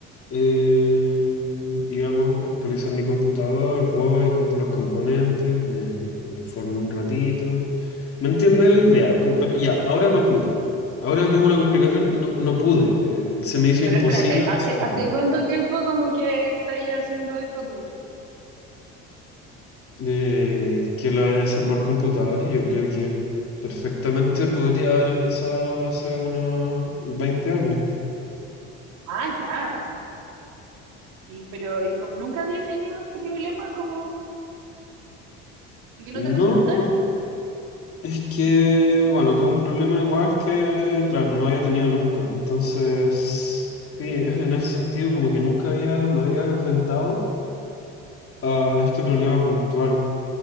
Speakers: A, on the left; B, on the right.
A: eh, digamos, actualizar mi computador, voy, compro los componentes, me, me informo un ratito. ¿Me entiendes la idea? Com- Pero ya, ahora no pude. Ahora tuve una complicación y no, no pude. Eh, se me hizo
B: Pero
A: imposible
B: espérate, ¿hace,
A: resolverlo.
B: hace cuánto tiempo como que estás haciendo esto tú?
A: eh, que lo de desarmar computadores, yo creo que perfectamente podría haber empezado hace unos 20 años.
B: Ah, ya. Y pero ¿y como nunca había tenido este problema como de que
A: No,
B: no te resultara?
A: por- es que, bueno, tuve un problema igual que, claro, no había tenido nunca. Entonces, sí, es- en ese sentido como que nunca había, me había enfrentado a este problema puntual.